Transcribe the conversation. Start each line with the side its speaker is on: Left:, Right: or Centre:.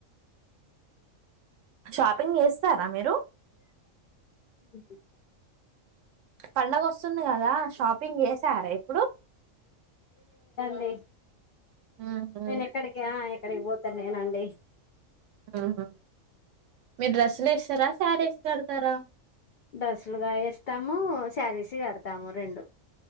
Right: షాపింగ్ చేస్తారా మీరు
Left: ఊహు
Right: పండగ వస్తుంది కదా షాపింగ్ చేసారా ఇప్పుడు
Left: ండి.
Right: ఉహు
Left: నేను ఎక్కడికా ఎక్కడికి పోత త్తలేనండి.
Right: ఆహ మీ డ్రస్సులేస్ స్తర సారీస్ కడతారా
Left: డ్రస్సులుగా ఎస్తాము శారీసు కడతాము. డతాము రెండు.